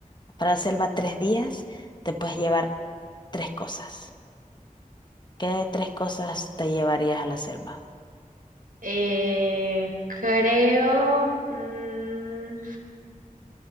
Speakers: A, on the left (about 30°); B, on the right (about 80°).
A: vas para la selva tres días, te puedes llevar tres cosas. ¿Qué tres cosas te llevarías a la selva?
B: Eh, creo... mm,